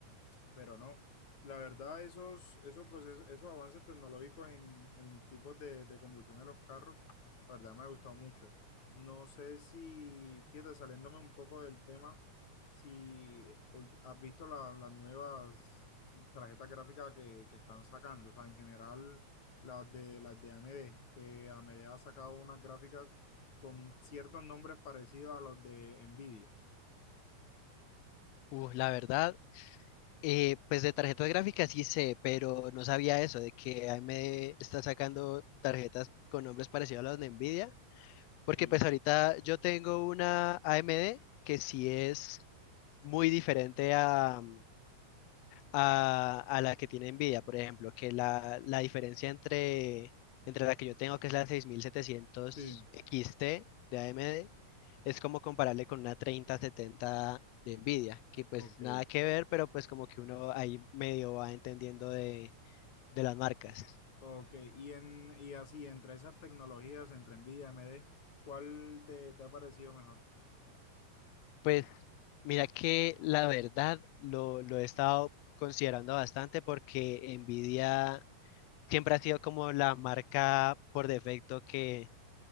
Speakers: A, on the left; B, on the left.
A: pero no. La verdad, esos, esos procesos, esos avances tecnológicos en, en tipos de, de combustión en los carros, la verdad me ha gustado mucho. No sé si, fíjate, saliéndome un poco del tema, si ul- has visto la- las nuevas tarjetas gráficas que, que están sacando, o sea, en general las de, las de AMD, que AMD ha sacado unas gráficas con ciertos nombres parecidos a los de Nvidia.
B: Uh, la verdad, eh, pues de tarjetas gráficas sí sé, pero no sabía eso, de que AMD está sacando tarjetas con nombres parecidos a los de Nvidia Porque
A: Sí,
B: pues ahorita yo tengo una AMD que sí es muy diferente a, a, a la que tiene Nvidia, por ejemplo, que la, la diferencia entre, entre la que yo tengo, que es la 6700
A: sí.
B: XT de AMD, es como comparable con una 3070 de Nvidia, que pues
A: Ok.
B: nada que ver, pero pues como que uno ahí medio va entendiendo de, de las marcas.
A: Ok, y, en, y así, entre esas tecnologías, entre NVIDIA y AMD, ¿cuál te, te ha parecido mejor?
B: Pues mira que la verdad lo, lo he estado considerando bastante porque Nvidia siempre ha sido como la marca por defecto que,